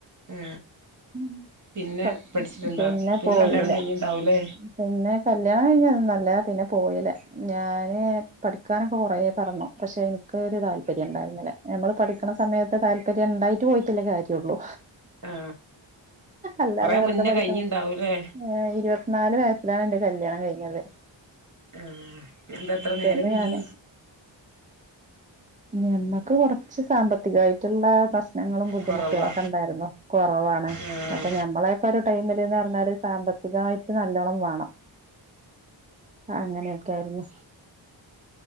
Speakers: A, on the right (about 40°); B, on the right (about 15°).
A: ആ
B: മ്പ
A: പിന്നെ പഠിച്ചിട്ടുണ്ടാ
B: പിന്നെ പോയില്ല
A: കല്യാണം കഴിഞ്ഞിണ്ടാവൂലേ
B: പിന്നെ കല്യാണം കഴിഞ്ഞ ഉം നല്ല പിന്നെ പോയില ഞാൻ ഏ പഠി ക്കാനൊക്കെ കൊറെ പറഞ്ഞു പക്ഷെ ഇൻക്ക് ഒരു താല്പര്യം ഇണ്ടായിരുന്നില്ല ഞമ്മള് പഠിക്ക്ണ സമയത്ത് താല്പര്യം ഇണ്ടായിട്ട് പോയിട്ടെല്ലേ കാര്യൊള്ളൂ
A: ആ
B: അല്ലാതെ
A: കൊറെ
B: വെറ്തെ
A: മുന്നേ
B: പൈസ
A: കഴിഞ്ഞിണ്ടാവൂലേ
B: ഏപ് ഇരുപത്തിനാല് വയസ് ലാണ് എന്റെ കല്യാണം കഴിഞ്ഞത്
A: ആഹ് എന്ത ഇത്ര നേരം
B: പിന്നെ
A: വൈകി
B: ഞാന് ഞമ്മക്ക് കൊറച്ച് സാമ്പത്തികായിട്ട്ള്ളെ പ്രശ്ന ഞങ്ങളും ബുദ്ധിമുട്ടുകളൊക്കെണ്ടായിരുന്നു.
A: കൊറവാ
B: കൊറവാണ്
A: ആ
B: അപ്പൊ ഞമ്മളെക്കെ ഒരു ടൈമില്ന്ന് പറഞ്ഞാല് സാമ്പത്തികായിട്ട് നല്ലോണ്ണം വാണം. അങ്ങനെക്കെയായിരുന്നു